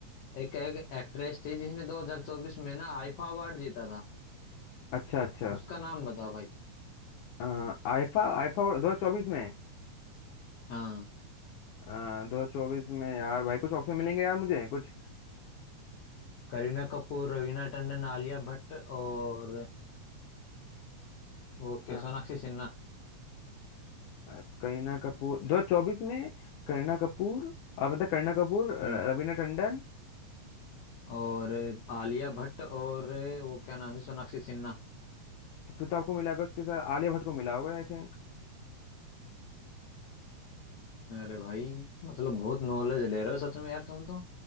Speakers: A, on the left; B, on the left.
A: एक, एक एक्ट्रेस थी जिसने 2024 में ना आईफा अवार्ड जीता था
B: अच्छा अच्छा
A: उसका नाम बता भाई
B: अ, आईफा आईफा दो हजार चौबीस में
A: हाँ
B: अ, दो हजार चौबीस में यार भाई कुछ ऑप्शन मिलेंगे यार मुझे कुछ
A: करीना कपूर रवीना टंडन आलिया भट्ट और वो
B: अ,
A: क्या सोनाक्षी सिन्हा
B: अ, करीना कपूर दो हजार चौबीस में करीना कपूर अब मतलब करीना कपूर अ,
A: हम्म
B: रवीना टंडन
A: और आलिया भट्ट और वो क्या नाम है सोनाक्षी सिन्हा
B: तो फिर तो आपको मिला होगा उसके साथ आलिया भट्ट को मिला होगा आई थिंक
A: अरे भाई मतलब बहुत नॉलेज ले रहे हो सच में यार तुम तो